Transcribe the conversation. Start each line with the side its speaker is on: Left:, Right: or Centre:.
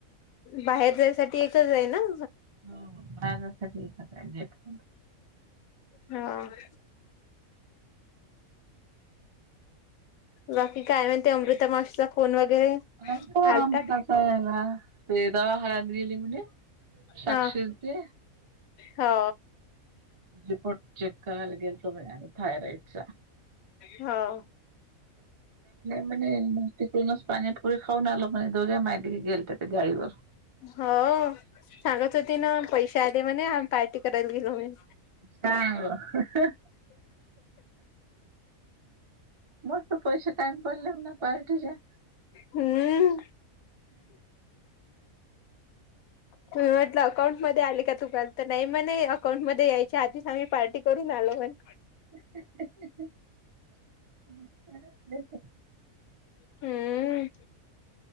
Left: बाहेर जायसाठी एकच आहे ना.
Right: हो बाहेर जाण्यासाठी एकच आहे गेट.
Left: हा. बाकी काय <unintelligible> ते अमृता माशीचा फोन वगैरे.
Right: <unintelligible>
Left: आलता
Right: ते दवाखान्यात गेली म्हने. साक्षीअन
Left: हा
Right: ते.
Left: हो
Right: रिपोर्ट चेक करायला गेल तो आणि थायरॉइडच.
Left: हा.
Right: म मस्तिकूनस पनीिप पुरी खाऊ ना आल म दोर्ग मयला गेल त्या ते गाळीवर
Left: हा, सांगत होते ना. पैसे आले म्हणे पार्टी करायला गेलो मने.
Right: नाही बुवा. मस्त पैसे कायम पडले ना. पाहिजे ना.
Left: हम्म. तुम्ही म्हटलं अकाउंट मध्ये आले का तुम्हा तर नाही मने अकाउंट मध्ये यायच्या आधीच आम्ही पार्टी करून आलो मने.
Right: <unintelligible>
Left: हम्म.